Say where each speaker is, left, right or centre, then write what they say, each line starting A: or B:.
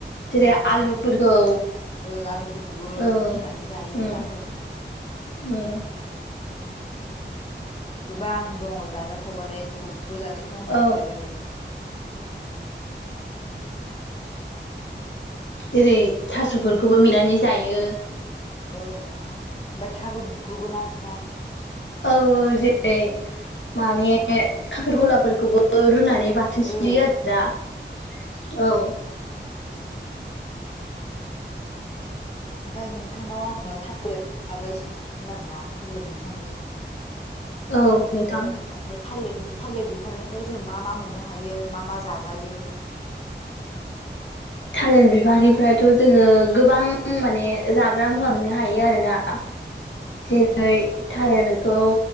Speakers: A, on the left (about 75°); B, on the left (about 30°).
A: जेरै
B: औ नोंथां
A: आलुफोरखौ
B: ओ आलुफोरखौबो
A: उम
B: रुनानै जायो बाथोन अ गोबां दङ जाजाथावबालाय सबबो जाजाथावनो हायानो
A: औ
B: गोजा गोजा
A: जेरै थास'फोरखौबो मिनानै जायो
B: औ नोंथां ओमफ्राय थारुनफोरखौबो ना नोंथां।
A: औ औ जेरै माने खाखेर गलाफोरखौबो रुनानै बाथ थिख्लियो
B: औ
A: आरोना औ
B: ओमफफ्राय नोंथांनाव आङो थालिर बागै सोंसदोंमोन आर ना थालिर बिफांनि
A: औ। नोंथां
B: जों माने थालिरनि थालिर बिफांनिफ्राय जों मा मा मोननो हायो मा मा जाजायो
A: थालिर बिफांनिफ्रायथ' जोङो गोबां माने जाग्रा मुवा मोननो हायो आरोना
B: <inaudible>
A: जेरै
B: नोंथां
A: थालिरखौ